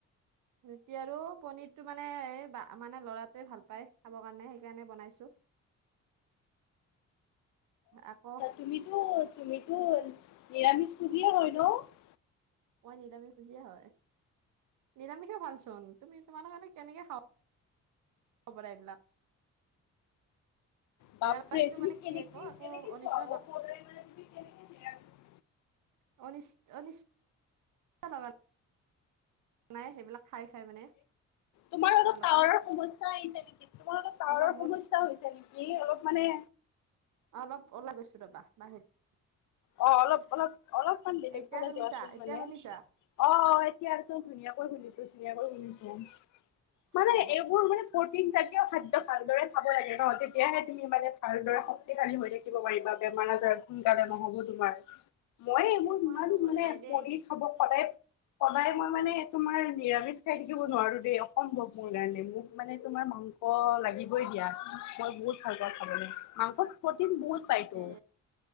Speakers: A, on the right; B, on the left.
A: ৰুটি আৰু পনীৰটো মানে এহ বা মানে ল'ৰাটোৱে ভাল পায়, খাবৰ কাৰণে সেইকাৰণে বনাইছোঁ। আকৌ
B: তুমিতো, তুমিতো নিৰামিষভোজীয়ে হয় নহ
A: মই নিৰামিষভোজীয়ে হয়। নিৰামিষে ভাল চোন, তুমি তোমালোকেনো কেনেকে খাৱ বনাই এইবিলাক
B: বাপৰে
A: নিৰামিষটো
B: তুমি
A: মানে
B: কেনেকে-কেনেকে
A: কি আকৌ একো অনিষ্ট
B: খোৱা অ, সদায় মানে তুমি কেনেকে নিৰামিষ
A: <unintelligible> নাই সেইবিলাক খাই-খাই মানে
B: তোমাৰ আৰু
A: তোমালোকৰ
B: টাৱাৰৰ সমস্যা আহিছে নেকি? তোমাৰ অলপ টাৱাৰৰ
A: আমাৰ মোৰ
B: সমস্যা হৈছে নেকি অলপ মানে
A: অ, অলপ ওলাই গৈছো ৰবা বাহিৰত
B: অ, অলপ-অলপ অলপমান বেলেগ
A: এতিয়া
B: ফালে
A: শুনিছা
B: যোৱাচোন
A: এতিয়া
B: মানে।
A: শুনিছা
B: অ, এতিয়াটো ধুনীয়াকৈ শুনিছো-ধুনীয়াকৈ শুনিছো মানে
A: অ
B: এইবোৰ মানে প্ৰটিনজাতীয়খাদ্য ভালদৰে খাব লাগে ন' তেতিয়াহে তুমি মানে ভালদৰে শক্তিশালী হৈ থাকি থাকিব পাৰিবা বেমাৰ আজাৰ সোনকালে নহব তোমাৰ মই
A: এ
B: এইবোৰ
A: মই
B: ইমান
A: আৰু মন
B: মানে
A: নাই দেই
B: পনীৰ হ'ব সদায় সদায় মই মানে তোমাৰ নিৰামিষ খাই থাকিব নোৱাৰো দেই অসম্ভৱ মোৰ কাৰণে মোক মানে তোমাৰ মাংস মাংস লাগিবই দিয়া মই বহুত ভাল পাওঁ খাবলে মাংসত প্ৰটিন বহুত পাইতো।
A: এ